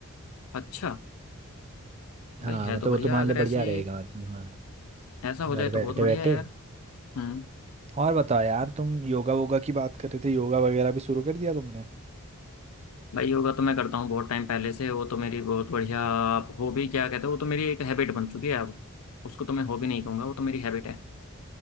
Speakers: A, on the left (about 80°); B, on the right (about 30°).
A: अच्छा
B: हाँ
A: भाई है
B: मतलब
A: तो बढ़िया
B: वो तुम्हारे
A: अगर
B: लिए बढ़िया
A: ऐसी
B: रहेगा तुम हाँ
A: ऐसा हो
B: घर
A: जाए तो
B: बैठे
A: बहुत बढ़िया
B: बैठे
A: है यार हम्म
B: और बताओ यार तुम योगा वोगा की बात कर रहे थे योगा वगैरह भी शुरू कर दिया तुमने
A: भाई योगा तो मैं करता हूँ बहुत टाइम पहले से वो तो मेरी बहुत बढ़िया आप हॉबी क्या कहते हो वो तो मेरी एक हैबिट बन चुकी है अब उसको तो मैं हॉबी नहीं कहूँगा वो तो मेरी हैबिट है